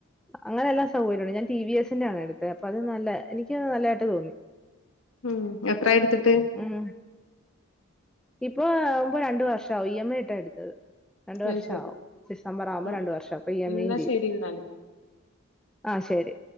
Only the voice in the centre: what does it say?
അങ്ങനെയെല്ലാ സൗകര്യണ്ട്. ഞാൻ ടി വി എസിന്റെ ആണെട്ത്തെ. അപ്പ അത് നല്ലാ. എനിക്ക് നല്ലായിട്ട് തോന്നി.
ഉം. ഇപ്പൊ ആവ്‌മ്പൊ രണ്ട് വർഷായി. ഇ എം ഐ ഇട്ടാ എട്ത്തത്. രണ്ടു
വർഷാവും.
ഡിസംബറാവുമ്പം
രണ്ടു
വർഷാവും. അപ്പൊ ഇ എം
ഐ യും തീരും.
ആഹ് ശെരി.